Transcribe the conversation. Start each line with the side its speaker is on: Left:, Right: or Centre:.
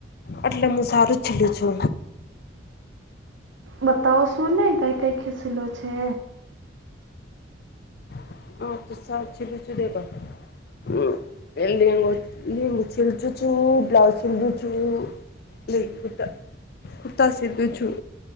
Left: એટલે મું સારુજ છીલુ છુ.
Right: બતાવો છો ને કઈ કઈ ખીસીલો છે.
Left: <unintelligible> છું દેવા હ એ લંગો લગુ સીલું છું બ્લાઉઝ સીલધું છું લઈ ગતાતા સીધું છું.